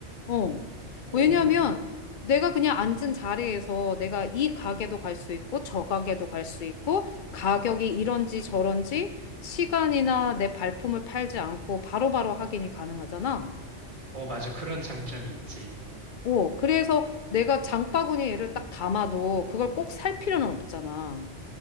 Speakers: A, on the left; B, on the right.
A: 어.
B: 오.
A: 왜냐면 내가 그냥 앉은 자리에서 내가 이 가게도 갈 수 있고 저 가게도 갈 수 있고 가격이 이런지 저런지 시간이나 내 발품을 팔지 않고 바로바로 확인이 가능하잖아.
B: 어, 맞아. 그런 장점이 있지.
A: 어, 그래서 내가 장바구니에를 딱 담아도 그걸 꼭 살 필요는 없잖아.